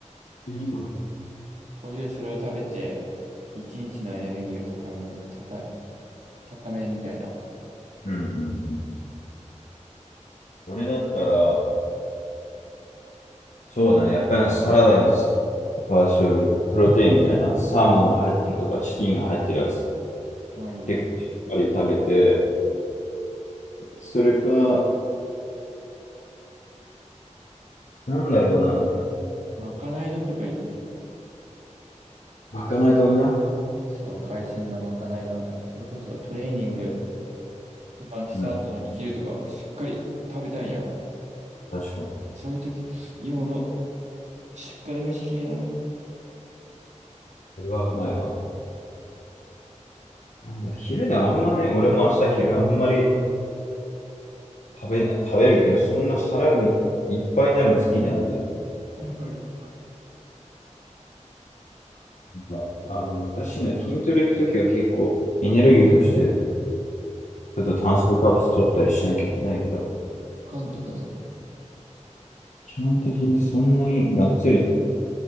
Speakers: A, on the left; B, on the right.
A: うん
B: とりあえずそれを食べて、一日のエネルギーが高め、高、高めみたいな。
A: うんうん。俺だったら、そうだね。やっぱりサラダに、パーショル、プロテインみたいな、サーモンが入ってるとか、チキンが入ってるやつ、
B: ああ、いいね。
A: 結構しっかり食べて、それか、なんだろうな。
B: まかない丼とかいいよね。
A: まかない丼な。
B: そう、海鮮のまかない丼だから、それこそトレーニング。だからした後の昼とかはしっかり食べたいんや。
A: うん、確かに。
B: そういう時用のしっかり飯系のね、
A: それはうまいわ。なんだろう、昼でもあんまね、俺も朝昼あんまり食べな、食べるけど、そんな腹がいっぱいになるの好きじゃないんだよね。
B: わかる。
A: なんか、まあ、難しいな。筋トレ行くときは結構、エネルギーとして、ちょっと炭水化物取ったりしなきゃいけないけど、
B: パンとかね。
A: 基本的にそんなにがっつり